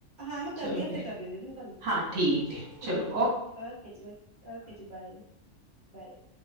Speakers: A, on the right; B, on the right.
A: ਹਾਂ ਮੈਂ
B: ਚਲੋ
A: ਕਰਦੀ ਹਾਂ
B: ਫਿਰ
A: ਫੇਰ ਕਰਦੀ ਹਾਂ ਦੀਦੀ ਮੈਂ ਤੁਹਾਨੂੰ
B: ਹਾਂ ਠੀਕ ਹੈ ਚਲੋ
A: ਠੀਕ ਓਕੇ ਜੀ। ਓਕੇ ਜੀ ਬਾਏ ਬਾਏ,